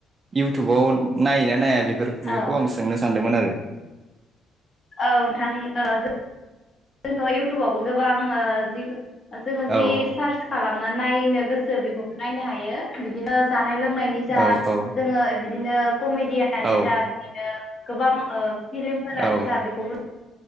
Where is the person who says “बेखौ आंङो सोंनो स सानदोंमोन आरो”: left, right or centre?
Right